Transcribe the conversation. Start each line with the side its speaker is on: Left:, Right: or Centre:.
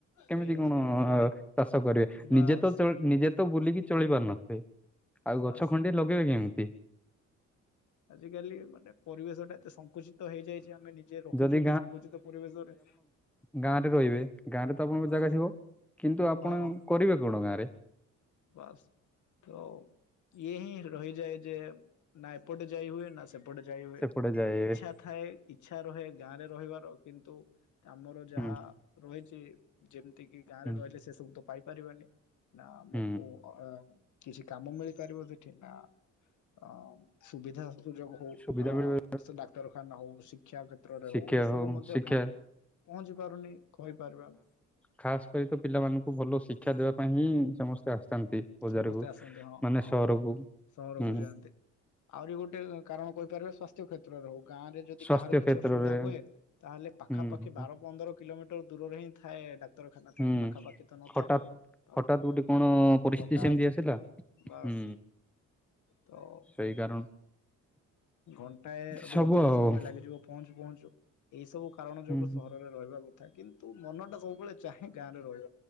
Left: ସେଇଆ
Centre: କେମିତି କଣ
Left: ସେଇଆ ଯଦି
Centre: ଚାଷ କରିବେ
Left: ବାସ୍
Centre: ନିଜେ ତ ଚ ନିଜେ ତ ବୁଲିକି ଚଳି ପାରୁନଥିବେ ଆଉ
Left: ବାସ୍
Centre: ଗଛ ଖଣ୍ଡିଏ ଲଗେଇବେ କେମିତି?
Left: ଆଜିକାଲି ମାନେ ପରିବେଶ ଟା ଏତେ ସଂଙ୍କୁଚିତ ହେଇଯାଇଛି ଆମେ ନି ଯିଏ ରଖୁଛୁ
Centre: ଯଦି
Left: ଏତେ ସଂଙ୍କୁଚିତ ପରିବେଶରେ।
Centre: ଗାଁ ରେ ରହିବେ ଗାଁ ରେ ତ ଆପଣଙ୍କ
Left: ବାସ୍
Centre: ଜାଗା ଥିବ କିନ୍ତୁ ଆପଣ
Left: ହଁ
Centre: କରିବେ କଣ ଗାଁ ରେ?
Left: ବାସ୍। ତ ଇଏ ହିଁ ରହିଯାଏ ଯେ ନା ଏପଟେ ଯାଇ ହୁଏ ନା ସେ ଏପଟେ ଯାଇ ହଏ
Centre: ସେପଟେ ଯାଏ
Left: ଇଚଛା ଥାଏ ଇଚଛା ରହେ ଗାଁ ରେ ରହିବାର କିନ୍ତୁ ଆମର ଯାହା
Centre: ହୁଁ
Left: ରହିଛି ଯେମିତି କିି ଗାଁରେ
Centre: ହୁଁ
Left: ରହିଲେ ସେ ସବୁ ତ ପାଇପାରିବାନି। ନାମକୁ
Centre: ହୁଁ
Left: <unintelligible> କିଛି କାମ ମିଳିପାରିବ ସେଠି ନା ଅ ସୁବିଧା ସୁଯୋଗ ହଉ
Centre: ସୁବିଧା ମିଳିବ
Left: ଡାକ୍ତରଖାନା ହଉ ଶିକ୍ଷା ହଉ
Centre: ଶିକ୍ଷା
Left: ଏସବୁ
Centre: ହଉ
Left: ମଧ୍ୟ
Centre: ଶିକ୍ଷା
Left: ଗାଁକୁ ପହଞ୍ଚି ପାରୁନି କହିପାରିବା ଆମେ।
Centre: ଖାସ କରି ତ ପିଲାମାନଙ୍କୁ ଭଲ ଶିକ୍ଷା ଶିକ୍ଷା ଦେବା ପାଇଁ ହିଁ ସମସ୍ତେ ଆସିଥାନ୍ତି ବଜାରକୁ
Left: ସମସ୍ତେ ଆସନ୍ତି ହଁ
Centre: ମାନେ
Left: ହଁ
Centre: ସହରକୁ
Left: ସହରକୁ
Centre: ହୁଁ।
Left: ଯାଆନ୍ତି। ଆହୁରି ଗୋଟେ କାରଣ କହିପାରିବା ସ୍ୱାସ୍ଥ୍ୟ। କ୍ଷେତ୍ରରେ ହଉ ଗାଁରେ ଯଦି
Centre: ସ୍ଵାସ୍ଥ୍ୟ
Left: କାହାର କିଛି
Centre: କ୍ଷେତ୍ରରେ
Left: ଅସୁବିଧା ହୁଏ ତାହେଲେ ପାଖାପାଖି
Centre: ହୁଁ
Left: ବାର ପନ୍ଦର କିଲୋମିଟର ଦୂରରେ ହିଁ ଥାଏ ଡାକ୍ତରଖାନା
Centre: ହୁଁ
Left: ଥାଏ ପାଖପାଖି ତ ନଥାଏ।
Centre: ହଠାତ୍
Left: ତ
Centre: ହଠାତ୍ ଗୋଟେ
Left: ହଁ
Centre: କଣ ପରିସ୍ଥିତି
Left: ହଠାତ୍
Centre: ସେମିତି ଆସିଲା
Left: ବାସ୍
Centre: ହୁଁ
Left: ହୋଉ।
Centre: ସେଇ କାରଣ
Left: ଘଣ୍ଟା ରୁ
Centre: ସବୁ
Left: ଅଧିକ
Centre: ଆଉ
Left: ସମୟ ଲାଗିଯିବ ପହଞ୍ଚୁ ପହଞ୍ଚୁ ଏଇ ସବୁ କାରଣ
Centre: ହୁଁ।
Left: ଯୋଗୁ ସହରରେ ରହିବା କ ଥା କିନ୍ତୁ ମନଟା ସବୁବେଳେ ଚାହେଁ ଗାଁରେ ରହିବ।